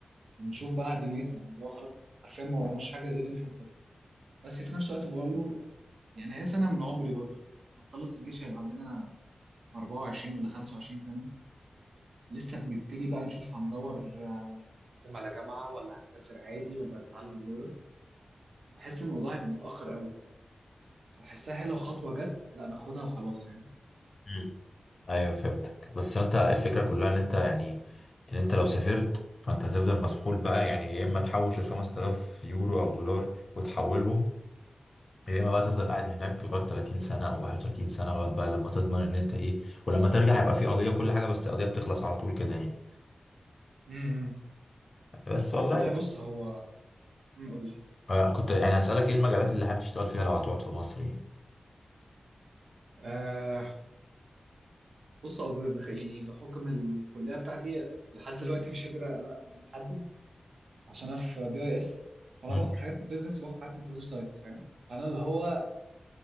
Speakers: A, on the right (about 85°); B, on the left (about 55°).
A: ونشوف بقى دنيتنا يعني اللي هو خلاص عارفين ما وراناش حاجه غير ان احنا نسافر بس في نفس الوقت بقول له يعني هي سنه من عمري برضو احنا هنخلص الجيش هيبقى عندنا 24 ولا 25 سنه لسه بنبتدي بقى نشوف هندور نقدم على جامعه ولا هنسافر عادي ولا هنتعلم لغه بحس الموضوع هيبقى متاخر قوي بحسها هي لو خطوه جت لا ناخدها وخلاص يعني
B: مم. ايوه فهمتك بس انت الفكرة كلها ان انت يعني ان انت لو سافرت فانت هتفضل مسحول بقى يعني يا اما تحوش ال 5000 يورو او دولار وتحولهم يا اما بقى تفضل قاعد هناك لغايه 30 سنه او 31 سنه لغايه بقى لما تضمن ان انت ايه ولما ترجع هيبقى في قضيه كل حاجه بس القضيه بتخلص على طول كده يعني
A: دلوقتي
B: بس والله
A: والله بص هو أمم، قول لي
B: آه، كنت يعني هسألك ايه المجالات اللي حابب تشتغل فيها لو هتقعد في مصر يعني
A: آه بص هو بخ... يعني بحكم الكليه بتاعتي لحد دلوقتي مش قادر احدد عشان انا في بي اي اس فانا
B: مم.
A: باخد حاجات من بيزنس وباخد حاجات من كمبيوتر ساينس فاهم فانا اللي هو